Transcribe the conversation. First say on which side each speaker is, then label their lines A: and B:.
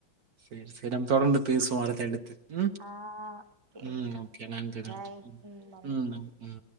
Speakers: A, on the right (about 60°); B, on the right (about 30°).
A: செரி நம்ம தொடர்ந்து பேசுவோ அடுத்து அடுத்து ம்
B: ஆஹ் <unintelligible>
A: ம் ஓகே நன்றி
B: பாய்
A: நன்றி ம்
B: நன்றி
A: ம் ம்.